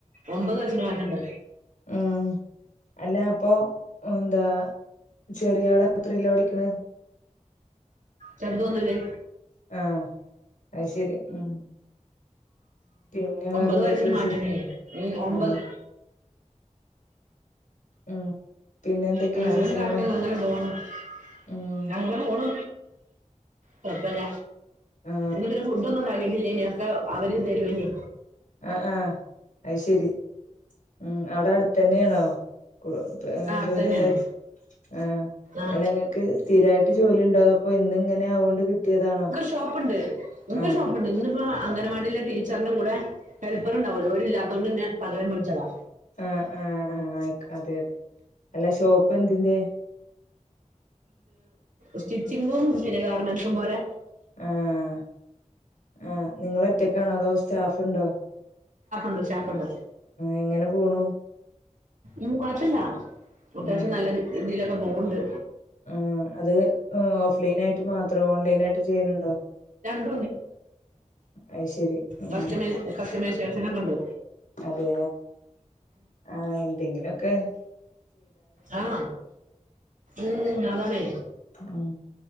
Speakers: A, on the right; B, on the left.
A: ഒമ്പത് വയസിന് മാറ്റം ണ്ട്
B: ഉം അല്ല അപ്പൊ എന്താ ചെറിയാള് എത്രയിലാ പഠിക്ണ്
A: ചെറുത തോന്നല്ലേ
B: ആഹ അത് ശരി ഉം പിന്നെ വേറെന്തൊക്കെയ
A: ഒമ്പത് വയസ്സിന്
B: വിശേഷം
A: മാറ്റണേ ഒമ്പത്
B: ആ ഉം പിന്നെ
A: <unintelligible>
B: എന്തൊക്കെയ വിശേഷങ്ങള് ഉം
A: <inaudible> ഞങ്ങനെ ഓണ് കൊയപ്പല്ല
B: ആ
A: ഇന്നത്തെ ഫുഡ ഒന്നും ഉണ്ടാക്കട്ടില്ലന ഒക്കെ അവര് തരുവേനി
B: ആ ആഹ അത് ശരി ഉം അവിടെ അടുത്ത തന്നെയാണോ <inaudible>
A: ആ അടുത്തന്നെയാണ്
B: ജോലി ഉണ്ടായത് ആഹ
A: ആ
B: അല്ല നിങ്ങൾക്ക് സ്ഥിരായിട്ട് ജോലി ഉണ്ടാ അപ്പൊ ഇന്ന് ഇങ്ങനെ ആവോണ്ട് കിട്ടിയതാണോ
A: ഷോപ്പ് ഉണ്ട് ന്ക്ക്
B: ആ
A: ഷോപ്പ് ഉണ്ട് ഇന്നിപ്പ അംഗനവാടിയിലെ ടീച്ചറിന്റെ കൂടെ ഹെൽപ്പർണ്ടാവുല്ലോ ഒരില്ലാത്തതു കൊണ്ട് എന്നെ പകരം വിളിച്ചതാ
B: ആഹ ആഹ ആ ആയി അതെ അതെ അല്ല ഷോപ്പ് എന്തിന്റെ
A: സ്റ്റിച്ചിങ്ങും ചുരിദാർ മെന്റ്സും പോലെ
B: ആഹ ആഹ നിങ്ങൾ ഒറ്റക്കാണോ അതോ സ്റ്റാഫ് ഉണ്ടോ
A: സ്റ്റാഫ് ഉണ്ട്
B: എങ്ങനെ പോണു
A: ഉം കൊ ഴപ്പല്ല അത്യാവശ്യം
B: ഉം
A: നല്ല രീതിയിലൊക്കെ പോവണ്ട്
B: ആ അത് ഓഫ് ലൈൻ ആയിട്ട് മാത്രം ഓൺലൈൻ ആയിട്ട് ചെയ്യുന്നുണ്ടോ
A: <inaudible>
B: അത് ശരി ഉം
A: കസ്റ്റമൈസേഷൻ ഒക്കെ ഉണ്ട്
B: അതെ ആഹ എന്തെങ്കിലും ഒക്കെ
A: ആഹ ഉം അതാണ്
B: ഉം